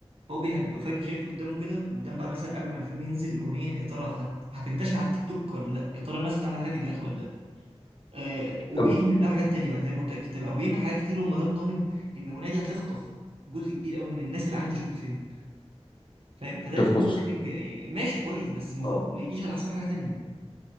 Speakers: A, on the right; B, on the left.
A: فهو بيه- بيبقى فجأة شايف قدامه كده قدام بعد مثلا قبل ما الفيلم ينزل الأغنية يا ترى هت... هتنتشر على التيك توك ولا لا يا ترى الناس هتعمل عليها فيديوهات ولا لا آه وبيهمل
B: طب
A: بقى حاجات تانية بقى زي ما قلت لك كتاب أو بيهمل حاجات كتير هو ما دام ضامن إن الأغنية دي هتخطف جزء كبير قوي من الناس اللي عايزة تشوف الفيلم فاهم فده
B: طب
A: أسلوب
B: بص
A: ماركتينج آه، ماشي كويس بس المفروض
B: اه
A: ما يجيش على حساب حاجة تانية